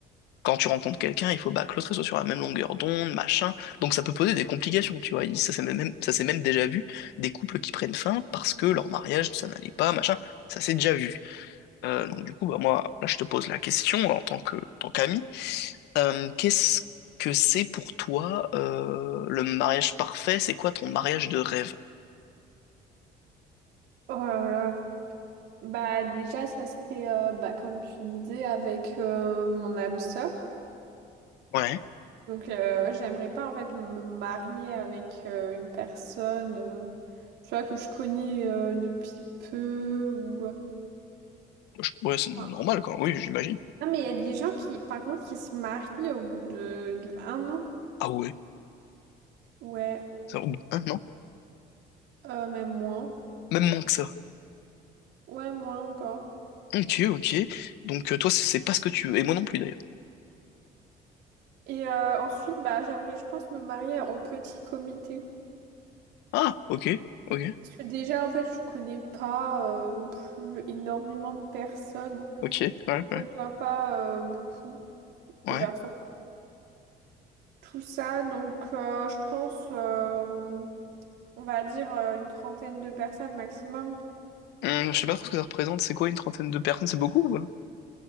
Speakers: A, on the left; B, on the right.
A: quand tu rencontres quelqu'un, il faut bah, que l'autre soit sur la même longueur d'onde, machin. Donc ça peut poser des complications, tu vois. Il- Ça s'est même, ça s'est même déjà vu, des couples qui prennent fin parce que leur mariage, ça n'allait pas, machin. Ça s'est déjà vu. Euh, donc du coup, bah, moi, là, je te pose la question en tant que, en tant qu'ami. Euh, qu'est-ce que c'est pour toi euh, le mariage parfait? C'est quoi ton mariage de rêve?
B: Oh là là. Bah déjà ça serait euh, bah, comme tu disais avec euh, mon âme sœur.
A: Ouais,
B: Donc euh, j'aimerais pas en fait me me marier avec euh, une personne euh, tu vois que je connais euh, depuis peu ou euh,
A: Je- ouais, c'est normal,
B: enfin,
A: quoi. Oui, j'imagine.
B: Ah mais il y a des gens qui par contre qui se marient au bout de, de un an.
A: Ah ouais,
B: Ouais,
A: ça, ou- hein, non?
B: euh, même moins.
A: Même moins que ça.
B: Ouais, moins encore.
A: Ok, ok. Donc euh, toi, c'est c'est pas ce que tu veux. Et moi non plus d'ailleurs.
B: Et euh, ensuite bah j'aimerais je pense me marier en petit comité.
A: Ah, ok, ok,
B: Parce que déjà, en fait, je connais pas euh, non plus énormément de personnes.
A: ok, ouais,
B: Je
A: ouais,
B: côtoie pas euh, beaucoup
A: ouais.
B: de personnes. Tout ça, donc euh, je pense, euh, on va dire euh, une trentaine de personnes maximum.
A: Hum, je sais pas trop ce que ça représente. C'est quoi une trentaine de personnes? C'est beaucoup ou pas?